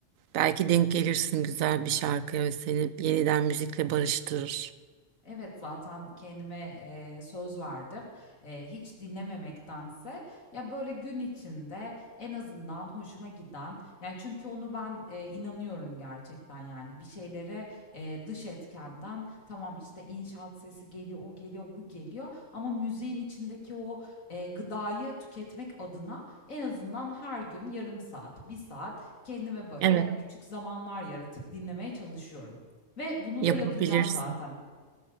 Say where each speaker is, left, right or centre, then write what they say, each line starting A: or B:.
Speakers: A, on the right (about 80°); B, on the left (about 80°).
A: Belki denk gelirsin güzel bir şarkıya ve seni yeniden müzikle barıştırır.
B: Evet, zaten kendime, eee, söz verdim. Eee, hiç dinlememektense ya, böyle, gün içinde en azından hoşuma giden, yani, çünkü onu ben, eee, inanıyorum gerçekten, yani, bir şeylere, eee, dış etkenden tamam, işte, inşaat sesi geliyor, o geliyor, bu geliyor ama müziğin içindeki o, eee, gıdayı tüketmek adına en azından her gün yarım saat, bir saat kendime, böyle,
A: Evet,
B: küçük zamanlar yaratıp dinlemeye çalışıyorum ve bunu
A: yapabilirsin.
B: da yapacağım zaten.